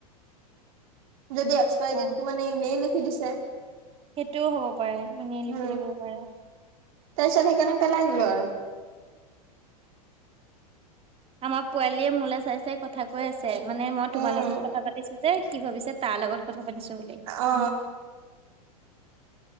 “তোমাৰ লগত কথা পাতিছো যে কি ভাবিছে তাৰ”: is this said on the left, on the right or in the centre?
Right